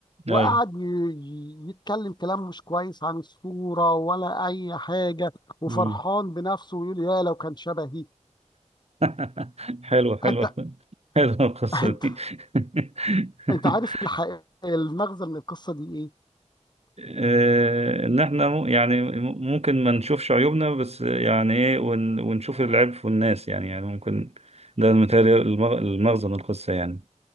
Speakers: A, on the left; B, on the right.
A: وقعد
B: أيوة
A: ي- ي- يتكلم كلام مش كويس عن الصوره ولا اي حاجه وفرحان
B: امم
A: بنفسه ويقول يا لو كان شبهي
B: <laughs> حلوة حلوة
A: انت
B: حلوة القصة
A: انت
B: دي <laughs>
A: انت عارف الحقيقه المغزى من القصه دي ايه؟
B: آه، ان احنا مو- يعني م- ممكن ما نشوفش عيوبنا بس يعني ايه ون- ونشوف العيب في الناس يعني يعني ممكن ده متهيألي المغ- المغزى من القصة يعني